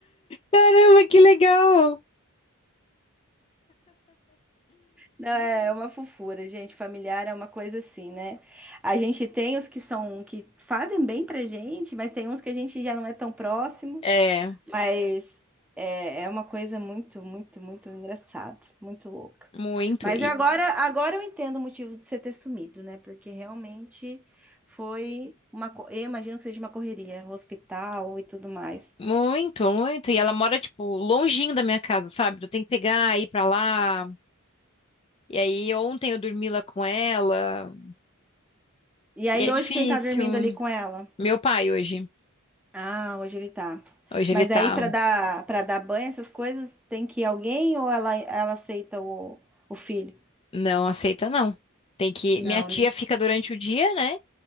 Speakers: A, on the left; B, in the centre.
A: Caramba, que legal.
B: Não, É é uma fofura, gente. Familiar é uma coisa assim, né? A gente tem os que são que fazem bem pra gente, mas tem uns que a gente já não é tão próximo.
A: É,
B: Mas é, é uma coisa muito, muito, muito engraçada, muito louca.
A: muito.
B: Mas
A: E,
B: eu Hum. agora, agora eu entendo o motivo de você ter sumido, né? Porque realmente foi uma, co- eu imagino que seja uma correria, hospital e tudo mais.
A: muito, muito. E ela mora, tipo, longinho da minha casa, sabe? Eu tenho que pegar, ir pra lá. E aí, ontem eu dormi lá com ela.
B: E aí
A: E é
B: hoje
A: difícil.
B: quem tá dormindo ali com ela?
A: Meu pai hoje.
B: Ah, hoje ele tá.
A: Hoje
B: Mas
A: ele tá.
B: aí para dar para dar banho, essas coisas, tem que ir alguém ou ela ela aceita o, o filho?
A: Não aceita, não. Tem que.
B: Não,
A: Minha tia
B: né?
A: fica durante o dia, né?